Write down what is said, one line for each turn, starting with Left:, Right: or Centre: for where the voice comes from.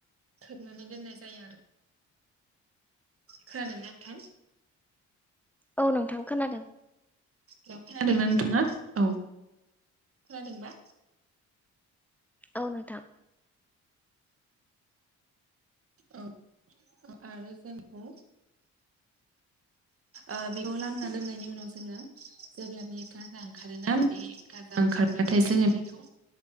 Right: खोबनानै दोननाय जायो आरो। खोनादोंना नोंथां?
Centre: औ नोंथां खोनादों।
Right: खोनादोंना नोंथाङा औ खोनादोंना
Centre: औ नोंथां
Right: औ आरो जोंखौ ओ बेखौ लामना दोननायनि उनाव जोङो जेब्ला बियो गाजा ओंखारोना बे गाजा ओंखारब्लाथाय जोङो बेखौ